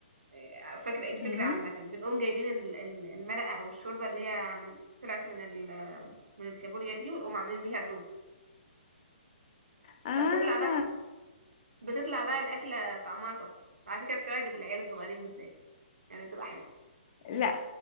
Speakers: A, on the right; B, on the left.
A: آه، فاكره إيه الفكره
B: مم.
A: عامه بنقوم جايبين ال- ال- المرقه او الشوربه اللي هي من- طلعت من ال- من الكابوريا دي ونقوم عاملين بيها الرز
B: اه
A: فبتطلع بقى بتطلع بقى الأكلة طعمها تحفة على فكرة بتعجب العيال الصغيرين بالذات يعني بتبقى حلوة
B: لا